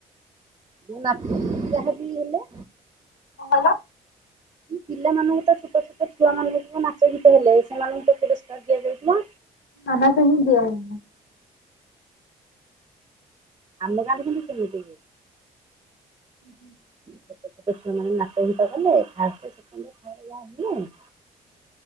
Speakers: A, on the right; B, on the left.
A: ମୁଁ ନା ଯାହା ବି ହେଲେ
B: କଣ କହିଲ।
A: ପିଲାମାନଙ୍କୁ ତ ଛୋଟ ଛୋଟ ଛୁଆ ମାନଙ୍କୁ ନାଚ ଗୀତ ହେଲେ ସେମାନଙ୍କୁ ତ ପୁରସ୍କାର ଦିଆଯାଉଥିଲା।
B: କହାକୁ ବି ଦିଆ ହେଇନି।
A: ଆମା ଗାଁ ରେ କିନ୍ତୁ ସେମିତି ହୁଏ।
B: ହୁଁ ହୁଁ।
A: ଛୋଟ ଛୋଟ ଛୁଆମାନେ ନାଚ ଗୀତ କଲେ ଫାଷ୍ଟା ସେକଣ୍ଡ ଥାଡେ ଜାହା ହେଲେ